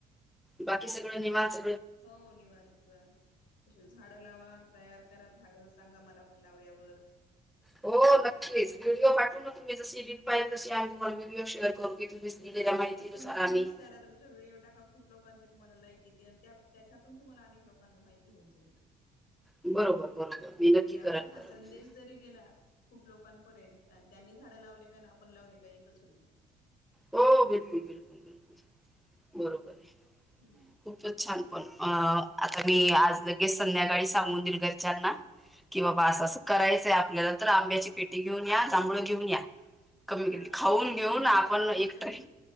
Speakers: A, in the centre; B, on the left.
A: बाकी सगळं निवास
B: हो निवांत निवांत. अशें झाडं लावा, तयार करा झाडं, सांगा मला पण लावल्यावर.
A: हो नक्कीच व्हिडिओ पाठू ना, तुम्ही जशी रील पाहेल तशी आमही तुम्हाला व्हिडओ शेअर करू. तुम्ही दिलेल्या
B: हा
A: माहितीनुसार
B: आणि तुम्ही पण
A: आम्ही
B: इन्स्टाला तू मचे व्हिडिओ टाका खूप लोकांचे तुम्हाला लाईक येतील, आणि त्यात त्याच्यातून तुम्हाला अनेक लोकांना माहिती होऊन जाईल ते.
A: बरोबर, बरोबर. मी नक्की
B: म्हणजे आपला
A: करेन
B: हा
A: करेन
B: संदेश जरी गेला खूप लोकांपर्यंत, आण त्यांनी झाडं लावले काय, नं आपण लावले काय एकच होईल मग.
A: हो बिलकुल, बिलकुल, बिलकुल, बरोबर आहे.
B: हम्म
A: खूपच छान पण, अ आता मी आज लगेच संध्याकाळी सांगून देईल घरच्यांना. कि बाबा
B: हा
A: असं
B: हा
A: असं करायचंय आपल्याला, तर आंब्याची पेटी घेऊन या, जांभळ घेऊन या. कमी
B: हा
A: केलीती, खाऊन
B: आणि पुढच्या
A: घेऊ ना
B: रविवारपर्यंत
A: आपण एकट्रे.
B: तुम्ही